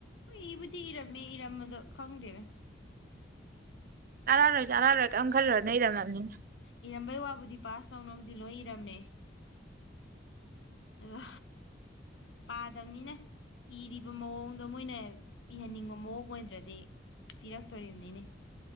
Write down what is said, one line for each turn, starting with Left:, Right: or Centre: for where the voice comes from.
Left: ꯍꯣꯢ ꯏꯕꯨꯗꯤ ꯏꯔꯝꯃꯦ ꯏꯔꯝꯕꯗꯣ ꯈꯪꯗꯦꯅꯦ
Right: ꯆꯥꯔꯛꯑꯔꯣꯏ ꯆꯥꯔꯛꯑꯔꯣꯢ ꯀꯦꯝ ꯈꯜꯂꯨꯔꯥꯂꯨ ꯢꯔꯝꯃꯥꯕꯅꯤꯅ
Left: ꯏꯔꯝꯕꯩ ꯋꯥꯕꯨꯗꯤ ꯄꯥꯁ ꯇꯧꯅꯕꯗꯤ ꯂꯣꯏ ꯏꯔꯝꯃꯦ ꯑꯗꯣ ꯄꯥꯗꯕꯅꯤꯅ ꯏꯔꯤꯕ ꯃꯑꯣꯡꯗꯣ ꯃꯣꯏꯅ ꯏꯍꯟꯅꯤꯡꯕ ꯃꯑꯣꯡ ꯑꯣꯏꯗ꯭ꯔꯗꯤ ꯄꯤꯔꯛꯇꯣꯔꯤꯕꯅꯤꯅꯦ